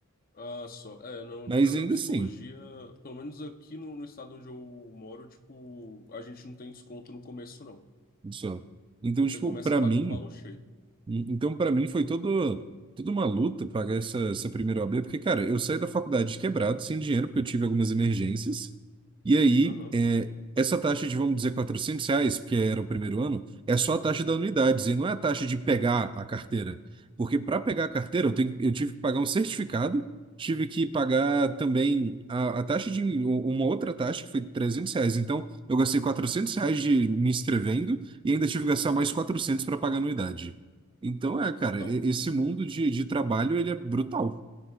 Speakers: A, on the left (about 40°); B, on the right (about 25°).
A: Ah, só. É, no,
B: Mas
A: no caso
B: ainda
A: da psicologia,
B: assim,
A: pelo menos aqui no, no estado onde eu moro, tipo, a gente não tem desconto no começo, não.
B: só. Então,
A: Você
B: tipo,
A: começa
B: pra
A: pagando
B: mim...
A: valor cheio.
B: Então, para mim, foi todo, toda uma luta pagar essa, essa primeira OAB, porque, cara, eu saí da faculdade quebrado, sem dinheiro, porque eu tive algumas emergências. E aí,
A: Aham,
B: é, essa taxa de, vamos dizer, 400 reais, porque era o primeiro ano, é só a taxa da unidade, e não é a taxa de pegar a carteira. Porque para pegar a carteira, eu, tenho, eu tive que pagar um certificado, tive que pagar também a, a taxa de um, uma outra taxa, que foi 300 reais. Então, eu gastei 400 reais de me inscrevendo e ainda tive que gastar mais 400 para pagar a anuidade. Então é, cara,
A: total.
B: e- esse mundo de, de trabalho, ele é brutal.